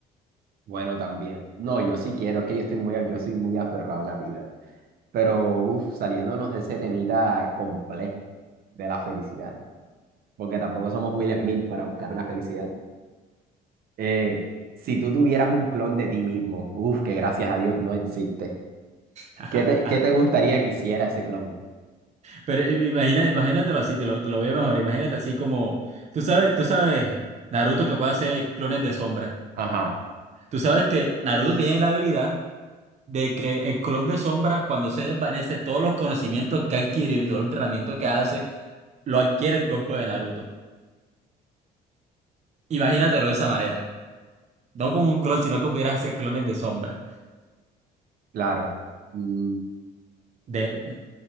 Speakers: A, on the right; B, on the right.
A: bueno, también. No, yo sí quiero, es que yo estoy muy, yo soy muy aferrado a la vida. Pero, uff, saliéndonos de ese temita complejo de la felicidad, porque tampoco somos Will Smith para buscar la felicidad. Eh, si tú tuvieras un clon de ti mismo, uff, que gracias a Dios no existe,
B: <laughs>
A: ¿qué te, qué te gustaría que hiciera ese clon?
B: Pero im- imagina, imagínatelo así, te lo, te lo voy a mejorar. Imagínate así como, tú sabes, tú sabes, Naruto que puede hacer clones de sombra.
A: Ajá,
B: Tú sabes que Naruto tiene la habilidad de que el clon de sombra, cuando se desvanece, todos los conocimientos que ha adquirido y todo el entrenamiento que hace, lo adquiere el cuerpo de Naruto. Imagínatelo de esa manera. No como un clon, sino que pudieras hacer clones de sombra.
A: claro. Mm,
B: De, no,